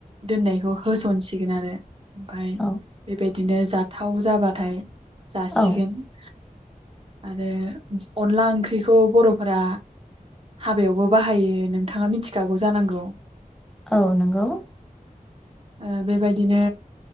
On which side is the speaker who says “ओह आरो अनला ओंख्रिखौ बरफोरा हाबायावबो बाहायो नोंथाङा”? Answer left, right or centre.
Right